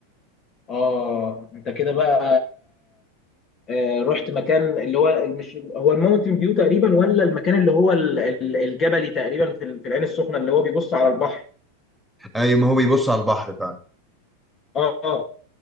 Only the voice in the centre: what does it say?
اي ما هو بيبص على البحر فعلا